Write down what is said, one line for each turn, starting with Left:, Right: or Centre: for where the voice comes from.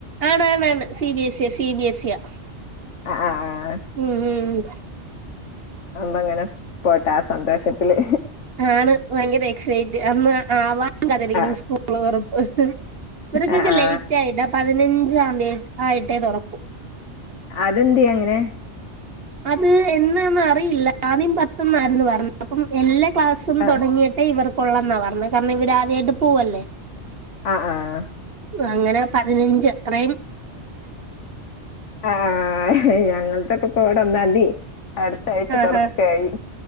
Right: ആണാണാണ് C BS C, C. BS C ആ
Left: ആ ആ ആ
Right: ഉ ഉ.
Left: അമ്പങ്ങനെ പോട്ട ആ സന്തോഷത്തില്.
Right: ആണ് വയങ്കര എക്സൈറ്റ്. അന്ന് ആവാൻ കാത്തിരിക്കണ്
Left: ആ
Right: സ്കൂള് തുറപ്പ് ഇവർക്കൊക്കെ
Left: ആ ആ
Right: ലേറ്റ് ആയിട്ട് ആ പതിനഞ്ചാം തിയതി ആയിട്ട് ട്ടെ തുറക്കും
Left: അതെന്ത്യാ അങ്ങനെ.
Right: അത് എന്നാന്ന് അറിയില്ല. ആദ്യം പത്തുന്ന് ആയിരുന്നു പറഞ്ഞത്. അപ്പം എല്ലാ ക്ലാസും
Left: ആ
Right: തുടങ്ങിയിട്ടെ ഇവർക്ക്. കൊള്ളെന്നാ <unintelligible> ഇവര് ആദ്യായിട്ട് പോൂവല്ലേ
Left: ആഹ ആഹ
Right: അങ്ങനെ പതിനഞ്ച് എത്രയും.
Left: ആ ഞങ്ങക്കൊക്ക <unintelligible> ഒന്നാതി. അടുത്ത ആഴ്ച
Right: ആഹാ.
Left: തുറയ്ക്കായി.